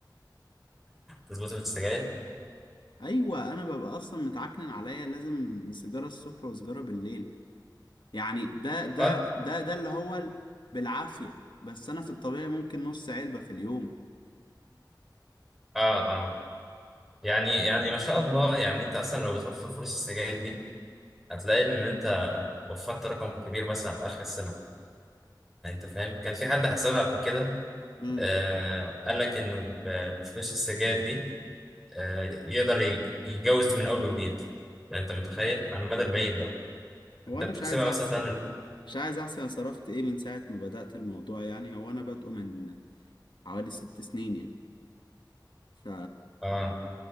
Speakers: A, in the centre; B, on the left.
A: تظبط السجاير
B: ايوه انا ببقى اصلا متعكنن عليا لازم سيجاره الصبح وسيجاره بالليل يعني ده ده
A: طب
B: ده ده اللي هو ال- بالعافية بس انا في الطبيعي ممكن نص علبة في اليوم
A: آه آه يعني يعني ما شاء الله يعني أنت أصلا لو بتوفر فلوس السجاير دي هتلاقي إن أنت وفرت رقم كبير مثلا على اخر السنه يعني انت فاهم كان في حد حسبها قبل كده
B: امم
A: آه قال لك انه ب- بفلوس السجاير دي آه يقدر ي- يتجوز من اول وجديد يعني انت متخيل على المدى البعيد بقى
B: هو
A: انت
B: انا
A: بتحسبها
B: مش عايز احسب
A: مثلا
B: مش عايز احسب انا صرفت ايه من ساعة ما بدأت الموضوع يعني هو انا بادئه من حوالي ست سنين يعني ف
A: اه